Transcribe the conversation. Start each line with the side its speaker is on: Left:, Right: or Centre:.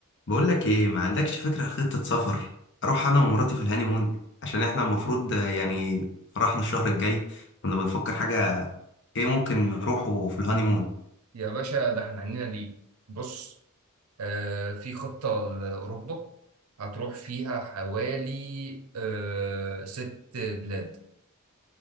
Left: بقول لك ايه ما عندكش فكره خطه سفر اروح انا ومراتي في الهانيمون عشان احنا المفروض آه، يعني فرحنا الشهر الجاي كنا بنفكر حاجه ايه ممكن نروحه في الهانيمون
Right: يا باشا ده احنا عندنا ليه بص آه في خطة لأوروبا هتروح فيها حوالي آه ست بلاد